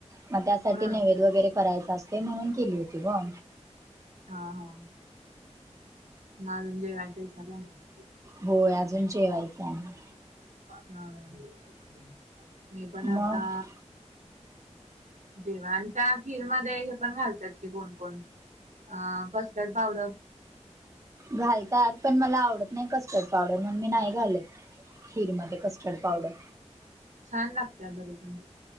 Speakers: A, on the right; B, on the right.
A: मग त्यासाठी
B: हम्म
A: नैवद वगैरे करायच असते म्हणून केली होती ग
B: हा हा नाही अजून जेवायचे सगळ्यांना
A: होय अजून जेवायचे आम्हाला
B: ह मी पण
A: मग
B: आता जेव्हा आणि त्या खीरमध्ये हे पण घालतात की कोण कोण आ कस्टर्ड पावडर
A: घालतात पण मला आवडत नाही कस्टड पावडर म्हण मी नाही घालत खीरमध्ये कस्टर्ड पावडर
B: छान लागते अग पण